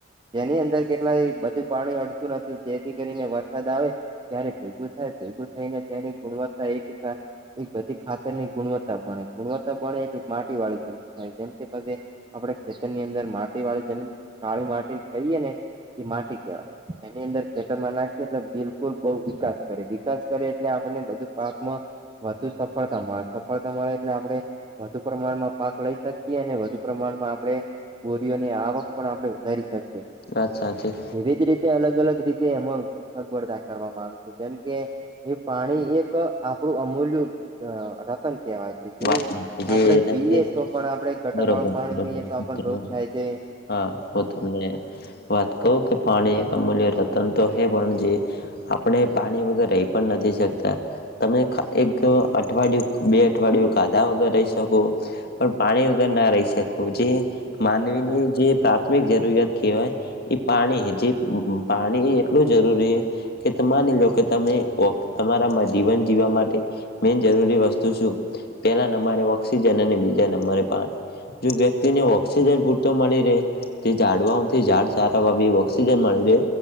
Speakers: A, on the right; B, on the left.
A: જેની અંદર કેટલાય બધું પાણી અડતું નથી જેથી કરીને વરસાદ આવે ક્યારે ભેંગું થાય ભેગું એને તેની ગુણવત્તા એક એ બધી ખાતર ની ગુણવત્તા ભણે ગુણવત્તા બળે એટલે માટી વાળું થાય જેમ કે પછી આપડે ખેતર ની અંદર માટી વાળી જમીન કાળી માટી કહીએને એ માટી કહેવાય. એની અંદર ખેતરમાં નાખીએ એટલે બિલકુલ બહુ વિકાસ કરે વિકાસ કરે એટલે આપણને બધું પાકમાં વધુ સફળતા મળે સફળતા મળે એટલે આપડે વધુ પ્રમાણમાં પાક લઈ શકીએ અને વધુ પ્રમાણમાં આપડે બોરીઓની આવક પણ આપડે વધારી શકીએ
B: વાત સાચી.
A: એવી જ રીતે અલગ અલગ રીતે એમાં અગવડતા કરવામાં આવે છે જેમ કે એ પાણી એક આપડું અમૂલ્યુ રતન કહેવાય. જેવું
B: વાત જે
A: આપડે
B: નથી
A: પીએ તો પણ આપડે ગટર
B: બરોબર
A: વાળું પાણી
B: બરોબર
A: પીએ તો આપણ રોગ થાય છે.
B: હા હું તમને વાત કહું કે પાણી એક અમૂલ્ય રતન તો હે પણ જે આપણે પાણી વગર રહી પણ નથી શકતા. તમે ખ એક અઠવાડિયું બે અઠવાડિયું ખાધા વગર રહી શકો પણ પાણી વગર ના રહી શકો જે માનવીની
A: હા
B: જે પ્રાથમિક જરૂરિયાત કહેવાય એ પાણી જે પાણી એટલું જરૂરી હે કે માની લો કે તમે ઓક તમારામાં જીવન જીવવા માટે મેન જરૂરી વસ્તુ શું પેલા નંબરે ઓક્સિજન અને બીજા નંબરે પાણી જો વ્યક્તિને ઓક્સિજન પૂરતો મળી રહે તે ઝાડવા ઓમથી ઝાડ સારા વાવી ઓક્સિજન મળી રે